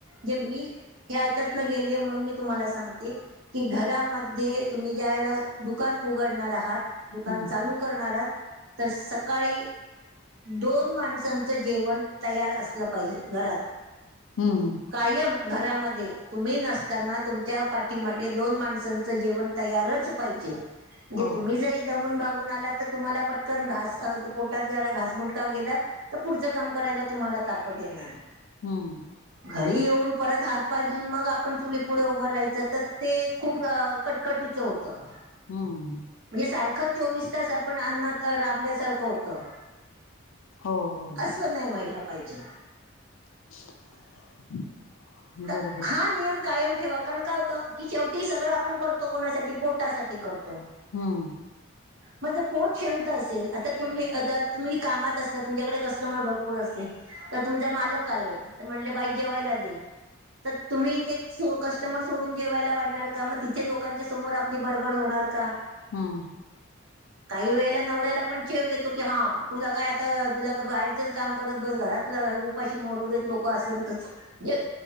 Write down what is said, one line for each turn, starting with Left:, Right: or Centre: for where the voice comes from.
Right: जे मी हे ह्याच्यातन गेलीय म्हणून मी तुम्हाला सांगते की घरामध्ये तुम्ही ज्या वळेला दुकान उघडणार आहात दुकान
Left: हम्म
Right: चालू करणार आहात, तर सकाळी दोन माण सांच जेवण तयार असलं पाहिजे घरात.
Left: हम्म.
Right: कायम घरामध्ये तुम्ही नसताना तुमच्या पाठीमागे दोन माणसांच च जेवण तयारच पाहिजे, म्हणजे
Left: हो
Right: तुम्ही जरी दमून बागून आला तर तुम्हाला पटकन घास ते पोटात जरा घासमुटका गेला तर पुढचं काम करायला तुम्हाला ताकद येणार
Left: हम्म.
Right: घरी येऊन परत हात पाय धुऊन मग आपण चुली पुढे उभं राहायचं तर ते खूप अ कटकटीचं होतं.
Left: हम्म.
Right: म्हणजे सारखं चोवीस तास आपण अन्नात राबल्यासारखं होतं
Left: हो हो.
Right: च नाही व्हायला पाहिजे.
Left: <unintelligible>
Right: तर
Left: बरोबर
Right: हा
Left: आहे
Right: नियम कायम ठेवा, कारण काय होतं की शेवटी सगळं आपण करतो कोणासाठी पोटासाठी करतो
Left: हम्म
Right: माझं पोट शांत असेल, आता तुम्ही जर तुम्ही कामात असला तुमच्याकडे कस्टमर भरपूर असले तर तुमचे मालक आले, तर म्हटले बाई जेवायला दे तर तुम्ही ते सो कस्टमर सोडून जेवायला वाढणार का, मग तिथे लोकांच्या समोर आपली बडबड होणार का?
Left: हम्म.
Right: <unintelligible> काही वेळेला नवऱ्याला पण चेव येतो की हा, तुला काय आता तुला बाहेरचंच काम करत बस घरातल उप पाशी मरू देत लोकं असन तसं, म्हणजे